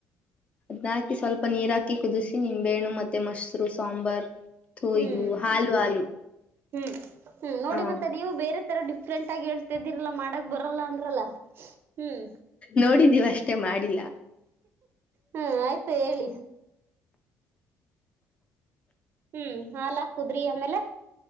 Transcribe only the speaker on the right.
ಹ್ಮ್
ಹ್ಮ್ ಹ್ಮ್ ನೋಡಿ
ಮತ್ತೆ ನೀವು ಬೇರೆ ತರ ಡಿಫ್ರೆಂಟ್ ಆಗಿ ಹೇಳ್ತಿದ್ದೀರಲ್ಲ ಮಾಡಕ್ ಬರಲ್ಲ ಅಂದ್ರಲ್ಲ. ಹ್ಮ್
ಹಾ ಆಯ್ತು ಹೇಳಿ... ಹ್ಮ್ ಹಾಲ್ ಹಾಕಿ ಉದ್ರಿ ಆದ ಆಮೇಲೆ